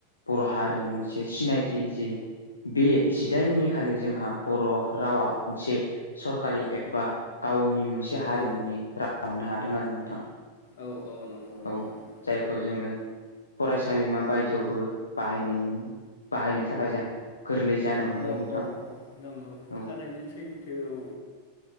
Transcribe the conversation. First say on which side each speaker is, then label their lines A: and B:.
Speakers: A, on the left; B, on the left.
A: बर' हारिनि मोनसे सिनायथि जि बे जिदाइन मे खालि जोंहा बर' रावा मोनसे सरखारि एबा गावनि मोनसे हारिमुनि
B: औ
A: राव खालामनो हादों आरो नोंथां
B: औ औ नंगौ
A: औ
B: नंगौं
A: जायखौ जोङो फरायसालिमा बायदियावबो बाहायनाय बाहायनो थाखाय जोंहा गोरलै जानो हमबाय
B: औ
A: नोंथां
B: औ औ नंगौ
A: औ
B: थारैनो सैथो औ